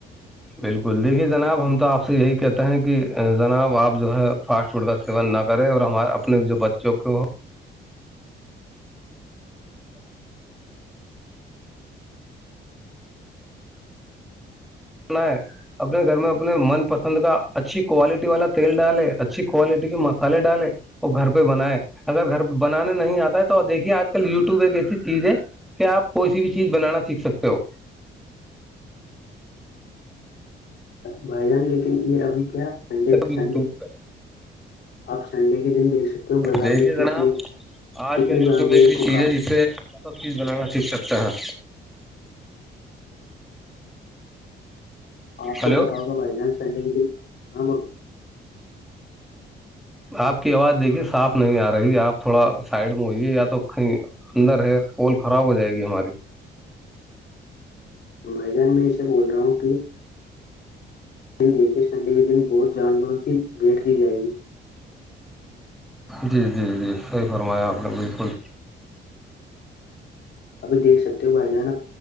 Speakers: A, in the centre; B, on the left.
A: بالکل دیکھیے جناب ہم تو آپ سے یہی کہتے ہیں کہ جناب آپ جو ہے فاسٹ فوٹ کا سیون نہ کرے اور ہمارے اپنے جو بچوں کو وہ <unintelligible> اپنے گھر میں اپنے من پسند کا اچھی کوالٹی والا تیل ڈالے اچھی کوالٹی کے مسالے ڈالے وہ گھر پہ بنائے اگر گھر پہ بنانے نہیں آتا ہے تو دیکھیے آج کل یوٹیوب ایک ایسی چیز ہے کیا آپ کوئی سی بھی چیز بنانا سیکھ سکتے ہو
B: بھائی جان لیکن یہ ابھی کیا سنڈے
A: یوٹیوب
B: سنڈے
A: پہ
B: اپ سنڈے کے دیکھ سکتے ہو بازار
A: دیکھیے
B: میں
A: جناب
B: کتنے
A: آج
B: کتنے
A: کل یوٹیوب
B: جانوروں
A: ایک ایسی
B: کو
A: چیز
B: کاٹ
A: ہے جس سے سب چیز بنانا سیکھ سکتا ہے
B: آپ
A: ہلو
B: کو پتا ہوگا بائی جانس سڈگ ہاں ب
A: آپ کی آواز دیکھیے صاف نہیں آ رہی آپ تھوڑا سائڈ میں ہوئیے یا تو کیں اندر ہے کول خراب ہو جائے گی ہماری
B: بھائی جان میں اسے بول رہا ہوں کہ د دیکھیے سنڈے کے دن بہت جانوروں کی بھیٹ دی جائے گی
A: جی جی جی صحیح فرمایا آپ نے بالکل
B: ابھی دیکھ سکتے ہو بھائی جانک